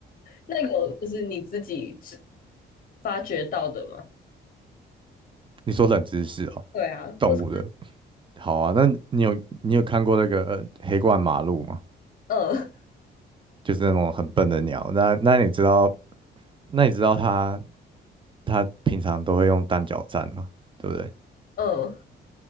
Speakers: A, on the left (about 45°); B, on the right (about 25°).
A: 那有就是你自己知发掘到的吗？
B: <laughs> 你说冷知识哦，
A: 对啊，
B: 动物的。
A: 或是
B: 好啊，那你有你有看过那个呃黑冠马鹭吗？
A: 嗯
B: 就是那种很笨的鸟。那那你知道，那你知道它它平常都会用单脚站嘛，对不对？
A: 嗯，<laughs>